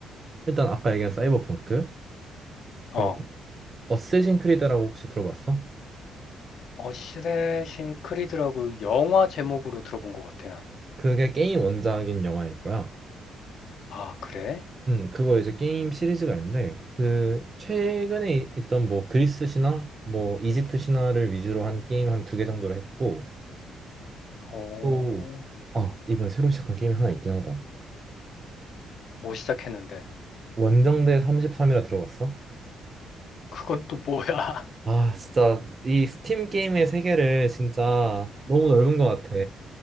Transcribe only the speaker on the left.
어.
어시레신 크리드라고 영화 제목으로 들어본 것 같아 난.
아, 그래?
어,
뭐 시작했는데.
그건 또 뭐야? <laughs>